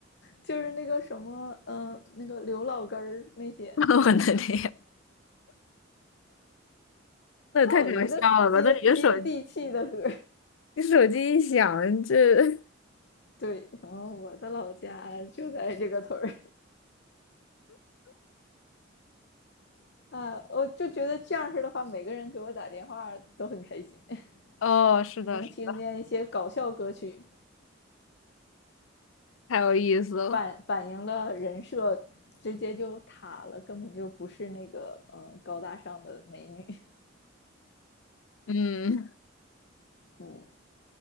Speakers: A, on the left (about 60°); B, on the left (about 75°).
A: 就是那个什么，嗯、呃那个刘老根儿那些，
B: <laughs> 我的天，那也太搞笑了吧！
A: 那我觉得接接地气的歌
B: 那你的手，你手机一响，这
A: <laughs> 对，然后我的老家就在这个屯儿 <laughs> 啊，我就觉得这样式的话，每个人给我打电话都很开心，
B: <laughs>……哦，
A: <laughs>
B: 是的，
A: 能听见一些搞笑歌曲，
B: 是的，太有意思了。
A: 反反映了人设直接就塌了，根本就不是那个嗯高大上的美女。<laughs>
B: 嗯，
A: 嗯，